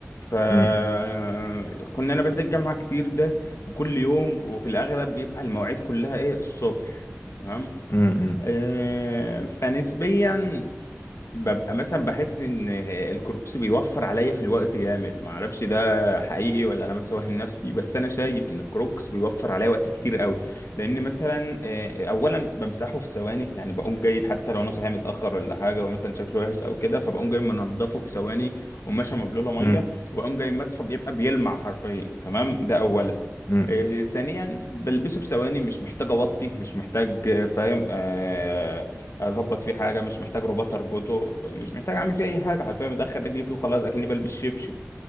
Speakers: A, on the left; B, on the left.
A: فكنا
B: أمم،
A: انا بنزل الجامعه كتير ده وكل يوم وفي الاغلب بيبقى المواعيد كلها ايه الصبح تمام
B: أمم،
A: آه، فنسبيا ببقى مثلا بحس ان الكوربس بيوفر عليا في الوقت جامد ما اعرفش ده حقيقي ولا انا بس واهم نفسي بس انا شايف ان الكروكس بيوفر عليا وقت كتير قوي لان مثلا آه، اولا بمسحه في ثواني يعني بقوم جاي حتى لو انا صاحي متاخر ولا حاجه ومثلا شكله وحش او كده فبقوم جاي منضفه في ثواني وماشي مبلوله ميه
B: أمم،
A: وبقوم جاي مسحه بيبقى بيلمع حرفيا تمام ده اولا
B: أمم.
A: آه، ثانيا بلبسه في ثواني مش محتاج اوطي مش محتاج آه، فاهم آه، اظبط فيه حاجه مش محتاج رباط اربطه مش محتاج اعمل فيه اي حاجه حرفيا بدخل رجلي فيه وخلاص اكني بلبس شبشب